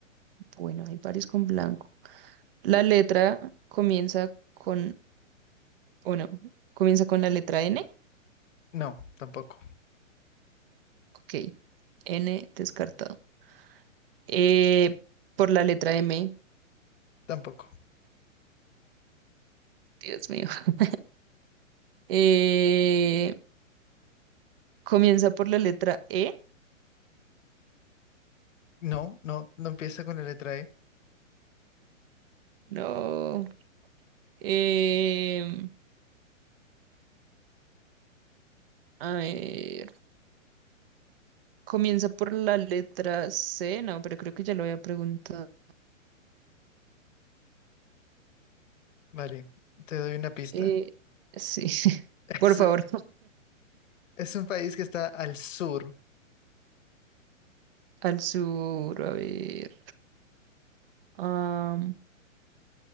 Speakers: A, on the right; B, on the left.
A: bueno, hay varios con blanco. La letra comienza con, o no, comienza con la letra N.
B: no, tampoco,
A: Ok, N descartado. Eh, por la letra M,
B: tampoco.
A: Dios mío. <laughs> Eh, comienza por la letra E.
B: No, no, no empieza con la letra E.
A: No. Eh, a ver, comienza por la letra C, no, pero creo que ya lo había preguntado.
B: Vale, te doy una pista.
A: Eh,
B: <laughs>
A: sí, <laughs>
B: Es,
A: por favor,
B: es un país que está al sur.
A: al sur, a ver. am,